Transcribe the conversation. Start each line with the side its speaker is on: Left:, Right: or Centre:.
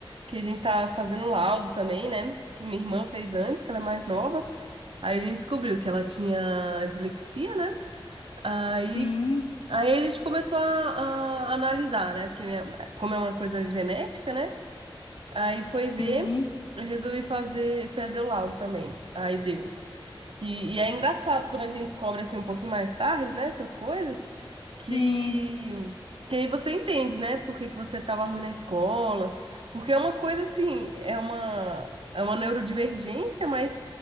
Right: que a gente tá fazendo laudo também, né? Minha irmã fez antes, que ela é mais nova. Aí a gente descobriu que ela tinha dislexia, né? Aí
Left: Sim,
Right: Aí a gente começou a, a analisar, né? Porque minha- como é uma coisa genética, né? Aí foi
Left: sim.
Right: ver, eu resolvi fazer fazer o laudo também. Aí deu. E, e é engraçado quando a gente descobre assim um pouquinho mais tarde, né, essas coisas, que,
Left: Sim,
Right: que aí você entende, né, por que que você estava ruim na escola, porque é uma coisa assim, é uma, é uma neurodivergência, mas